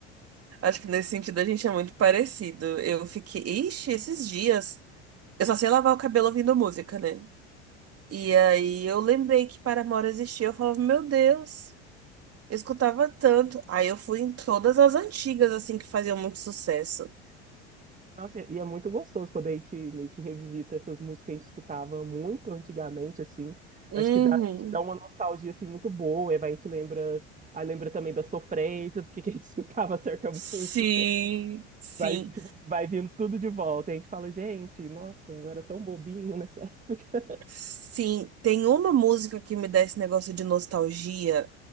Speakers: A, on the right; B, on the right.
A: Acho que nesse sentido a gente é muito parecido. Eu fiquei. Ixi, esses dias. Eu só sei lavar o cabelo ouvindo música, né? E aí eu lembrei que Paramore existia, eu falava, meu Deus, eu escutava tanto. Aí eu fui em todas as antigas, assim, que faziam muito sucesso.
B: Nossa, e é muito gostoso quando a gente meio que revisita essas músicas que a gente escutava muito antigamente, assim.
A: Uhum.
B: Acho que dá, dá uma nostalgia, assim, muito boa. E vai, a gente lembra... Aí lembra também da sofrência, porque que a gente <laughs> escutava certa
A: Sim,
B: música.
A: sim,
B: Vai, tipo, vai vindo tudo de volta. E a gente fala, gente, nossa, eu era tão bobinho nessa <laughs> época.
A: sim. Tem uma música que me dá esse negócio de nostalgia,